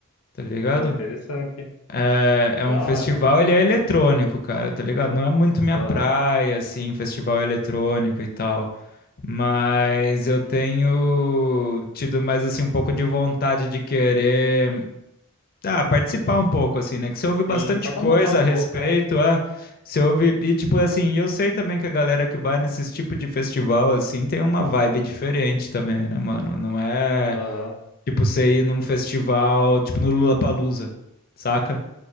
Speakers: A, on the left; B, on the left.
A: tá ligado?
B: Pô, interessante.
A: É, é
B: Da
A: um festival,
B: hora.
A: ele é eletrônico, cara, tá ligado? Não é muito minha
B: Aham.
A: praia, assim, festival eletrônico e tal. Mas eu tenho tido mais, assim, um pouco de vontade de querer. Ah, participar um pouco, assim, né? Que você ouve bastante
B: Sim, só
A: coisa
B: pra mudar um
A: a respeito,
B: pouco, é.
A: ah, você ouve, e tipo assim, eu sei também que a galera que vai nesses tipo de festival, assim, tem uma vibe diferente também, né, mano? Não é
B: Aham.
A: tipo você ir num festival, tipo no Lollapalooza, saca?